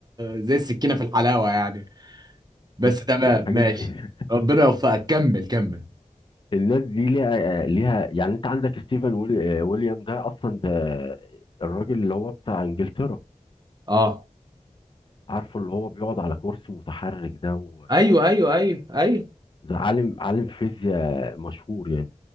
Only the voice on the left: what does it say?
<laughs>
دي
الناس دي ليها ليها يعني انت عندك ستيفن ويل- آه، ويليام ده اصلا ده الراجل اللي هو بتاع انجلترا
عارفه اللي هو بيقعد على كرسي متحرك ده و-
ده عالم عالم فيزياء مشهور يعني